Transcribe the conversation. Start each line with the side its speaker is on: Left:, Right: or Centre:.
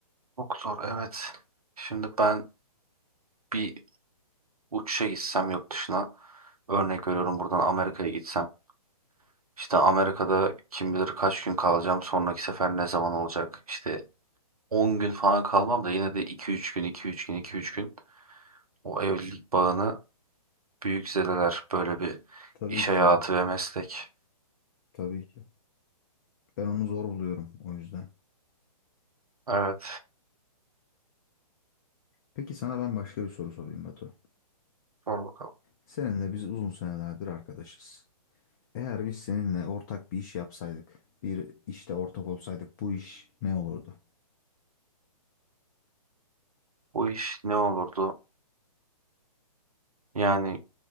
Right: çok zor evet. Şimdi ben bir uçuşa gitsem yurt dışına örnek veriyorum buradan Amerika'ya gitsem işte Amerika'da kim bilir kaç gün kalacağım sonraki sefer ne zaman olacak işte 10 gün falan kalmam da yine de 2-3 gün 2-3 gün 2-3 gün o evlilik bağını büyük zedeler böyle bir
Left: Tabii
Right: iş
Left: ki
Right: hayatı
Left: canım,
Right: ve meslek.
Left: tabii ki. Ben onu zor buluyorum o yüzden.
Right: Evet
Left: Peki sana ben başka bir soru sorayım Batu.
Right: sor bakalım.
Left: Seninle biz uzun senelerdir arkadaşız. Eğer biz seninle ortak bir iş yapsaydık, bir işte ortak olsaydık bu iş ne olurdu?
Right: Bu iş ne olurdu? Yani